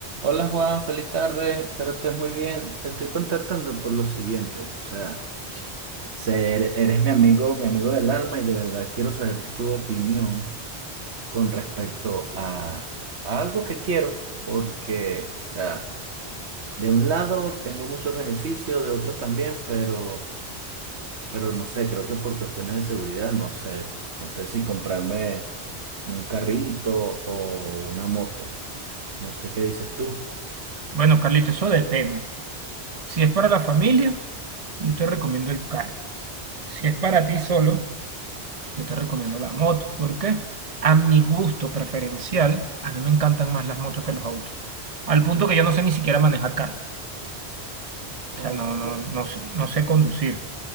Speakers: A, on the right; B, on the right.
A: Hola Juan, feliz tarde, espero estés muy bien. Te estoy contactando por lo siguiente, o sea, ser- eres mi amigo, mi amigo del alma y de verdad quiero saber tu opinión con respecto a, a algo que quiero, porque, o sea, de un lado tengo muchos beneficios, de otro también, pero, pero no sé, creo que por cuestiones de seguridad, no sé, no sé si comprarme un carrito o una moto, no sé qué dices tú.
B: Bueno, Carlito, eso depende. Si es para la familia, yo te recomiendo el carro. Si es para ti solo, yo te recomiendo la moto. ¿Por qué? A mi gusto preferencial, a mí me encantan más las motos que los autos. Al punto que yo no sé ni siquiera manejar carro.
A: Ok,
B: O sea, no, no, no, s- no sé conducir.